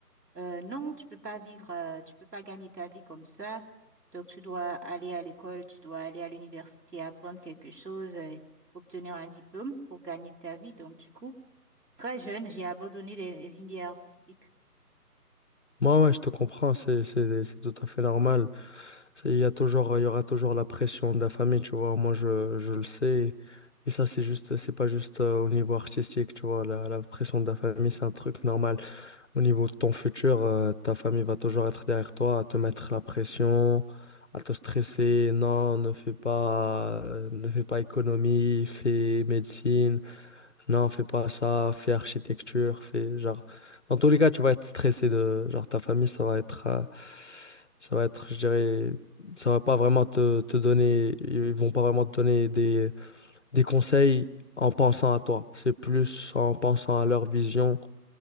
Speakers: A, on the right; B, on the left.
A: Euh, non, tu peux pas vivre, euh, tu peux pas gagner ta vie comme ça. Donc, tu dois aller à l'école, tu dois aller à l'université, apprendre quelque chose, euh, obtenir un diplôme pour gagner ta vie. Donc, du coup, très jeune, j'ai abandonné les, les idées artistiques.
B: Moi, ouais, je te comprends. C'est, c'est, c'est tout à fait normal. C'est- Il y a toujours, il y aura toujours la pression de la famille, tu vois. Moi, je, je le sais. Et ça, c'est juste, c'est pas juste euh, au niveau artistique, tu vois. La, la pression de la famille, c'est un truc normal. Au niveau de ton futur, euh, ta famille va toujours être derrière toi, à te mettre la pression, à te stresser. Non, ne fais pas, euh, ne fais pas économie, fais médecine. Non, fais pas ça, fais architecture, fais genre. Dans tous les cas, tu vas être stressé de genre ta famille, ça va être, euh, ça va être, je dirais, ça va pas vraiment te, te donner, ils vont pas vraiment te donner des, des conseils en pensant à toi. C'est plus en pensant à leur vision